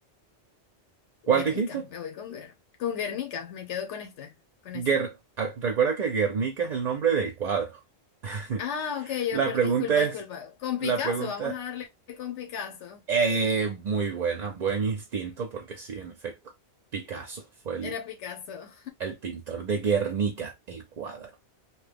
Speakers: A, on the right (about 50°); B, on the left (about 85°).
A: ¿Cuál
B: Guernica,
A: dijiste?
B: me voy con, Guer- con Guernica, me quedo con este, con
A: Guer-
B: ese.
A: ah, Recuerda que Guernica es el nombre del cuadro. <laughs>
B: Ah, ok,
A: La
B: yo perdí,
A: pregunta
B: disculpa, disculpa.
A: es,
B: Con
A: la
B: Picasso,
A: pregunta,
B: vamos a darle con Picasso.
A: eh, muy buena, buen instinto, porque sí, en efecto, Picasso fue el,
B: Era Picasso.
A: el pintor de Guernica, el cuadro.